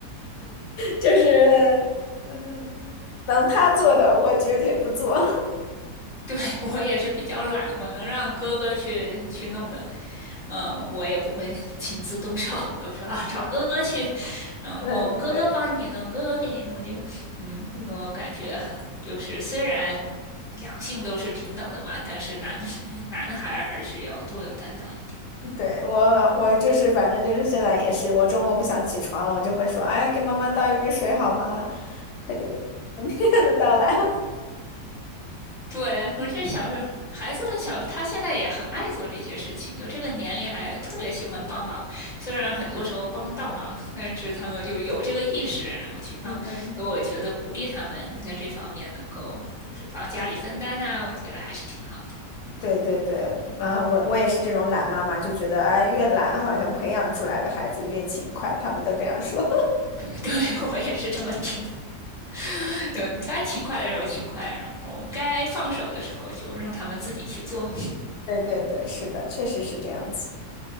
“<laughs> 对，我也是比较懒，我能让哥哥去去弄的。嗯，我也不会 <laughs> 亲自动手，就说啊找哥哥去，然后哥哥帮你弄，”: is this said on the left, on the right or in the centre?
Centre